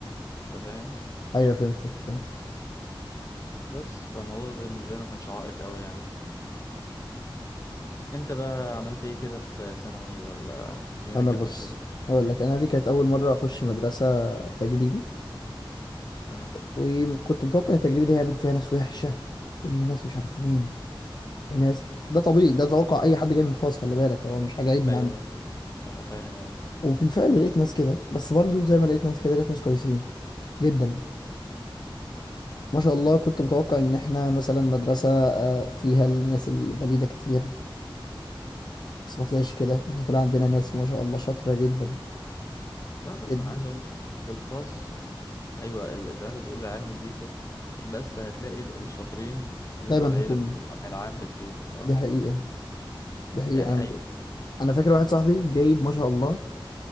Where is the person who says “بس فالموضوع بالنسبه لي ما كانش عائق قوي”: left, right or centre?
Left